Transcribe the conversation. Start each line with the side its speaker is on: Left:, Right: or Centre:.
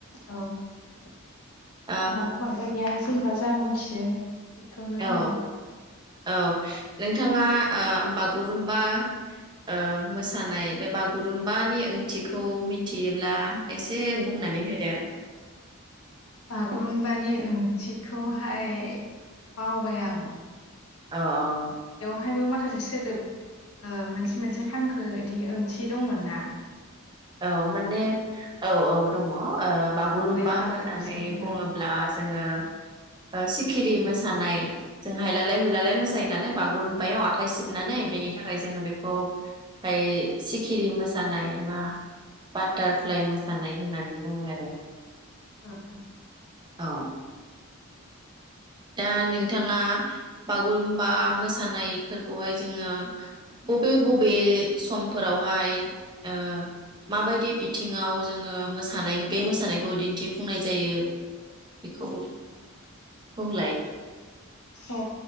Left: औ आंहाबो
Right: ओम
Left: बांद्रा या जेनेबा जा मिथियो। बेखौनो
Right: औ
Left: आरो
Right: औ। नोंथाङा ओ बागुरुमबा ओ मोसानाय बे बागुरुमबानि ओंथिखौ मिथियोब्ला एसे बुंनानै होदो?
Left: बागुरुम्बानि ओंथिखौहाय बावबाय आं।
Right: अ अ।
Left: हायबो माखासे सोदोब ओ मोनसे मोनसे हांखो बिदि ओंथि दंमोन ना?
Right: औ माने। औ औ दङ ओ बागुरुम्बा
Left: बांद्राय बांद्राय
Right: होननानै
Left: गोसोआव गैला
Right: बुङोब्ला जोङो ओ सिखिरि मोसानाय जों हायलालाय हुयलालाय मोसायो नालाय। बागुरुमबायाव आखाइ सिबनानै
Left: औ औ
Right: बेनि थाखाय जोङो बेखौ ओमफाय सिखिरि मोसानाय बा बाटारफ्लाइ मोसानाय होननानै बुङो आरो।
Left: ओओ
Right: औ दा नोंथांङा बागुरुमबा मोसानायफोरखौहाय जोङो बबे बबे समफोरावहाय ओ मा बायदि बिथिङाव जोङो मोसानाय बे मोसानायखौ दिन्थिफुंनाय जायो बेखौ बुंलाय?
Left: अ